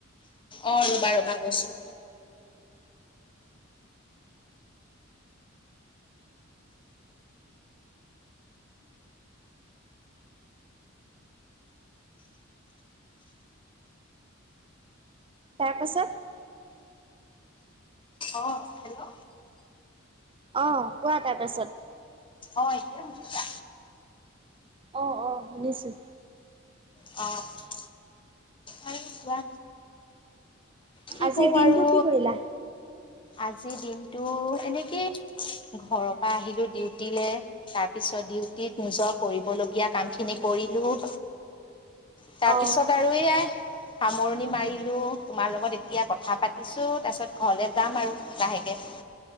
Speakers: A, on the left (about 25°); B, on the right (about 25°).
A: অ', ৰবা ৰবা গৈছো।
B: তাৰপাছত?
A: অ', হেল্ল'
B: অ', কোৱা তাৰপাছত।
A: অ', এতিয়া শুনিছা?
B: অ', অ' শুনিছোঁ।
A: অ'। আৰু কোৱা কি
B: আজিৰ
A: কওঁ আৰু,
B: দিনটো কি কৰিলা?
A: আজিৰ দিনটো এনেকে ঘৰৰ পৰা আহিলো ডিউটিলে তাৰপিছত ডিউটিত নিজৰ কৰিবলগীয়া কাম খিনি কৰিলো। তাৰপিছত
B: অঁ
A: আৰু এয়াই, সামৰণি মাৰিলো তোমাৰ লগত এ তিয়া কথা পাতিছো, তাৰপিছত ঘৰলে যাম আৰু লাহেকে।